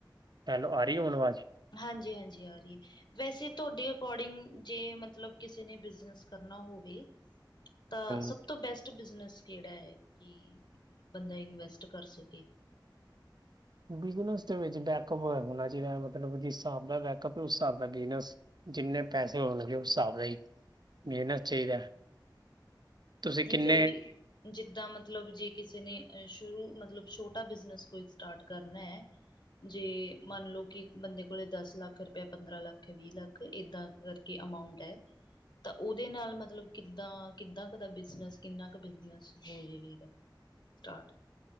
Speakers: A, on the right; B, on the left.
A: ਹੈਲੋ, ਆ ਰਹੀ ਹੁਣ ਆਵਾਜ਼।
B: ਹਾਂਜੀ ਹਾਂਜੀ ਆ ਰਹੀਏ ਵੈਸੇ ਤੁਹਾਡੇ ਅਕੋਡਿੰਗ ਜੇ ਮਤਲਬ ਕਿਸੇ ਨੇ ਬਿਜਨਸ ਕਰਨਾ ਹੋਵੇ ਤਾਂ
A: ਹਾਂਜੀ
B: ਸਭ ਸਭ ਤੋਂ ਬੈਸਟ ਬਿਜਨਸ ਕਿਹੜਾ ਹੈ ਕਿ ਬੰਦਾ ਇਨਵੈਸਟ ਕਰ ਸਕੇ।
A: ਬਿਜਨਸ ਦੇ ਵਿੱਚ ਬੈਕਅਪ ਹੋਣਾ ਚਾਹੀਦਾ ਮਤਲਬ ਜਿਸ ਹਿਸਾਬ ਦਾ ਬੈਕਅਪ ਉਸ ਹਿਸਾਬ ਦਾ ਬਿਜਨਸ, ਜਿੰਨੇ ਪੈਸੇ ਹੋਣ ਲਗੇ ਉਸ, ਹਿਸਾਬ ਦਾ ਹੀ ਮਿਲਣਾ ਚਾਹੀਦਾ। ਤੁਸੀਂ
B: ਨਈ,
A: ਕਿੰਨੇ
B: ਫਿਰ ਵੀ ਜਿੱਦਾਂ ਮਤਲਬ, ਜੇ ਕਿਸੇ ਨੇ ਅ ਸ਼ੁਰੂ, ਮਤਲਬ ਛੋਟਾ ਬਿਜਨਸ ਕੋਈ ਸਟਾਰਟ ਕਰਨਾ ਐ ਜੇ ਮੰਨ ਲੋ ਕਿ, ਬੰਦੇ ਕੋਲੇ ਦਸ ਲੱਖ ਰੁਪਇਆ, ਪੰਦਰਾਂ ਲੱਖ ਏ, ਵੀਹ ਲੱਖ ਏ, ਏਦਾਂ ਕਰ ਕੇ ਅਮਾਊਂਟ ਐ, ਤਾਂ ਉਹਦੇ ਨਾਲ ਮਤਲਬ ਕਿੱਦਾਂ-ਕਿੱਦਾਂ ਦਾ ਬਿਜਨਸ, ਕਿੰਨਾ ਕੁ ਬਿਜਨਸ ਹੋ ਜੇਵੇਗਾ ਸਟਾਰਟ?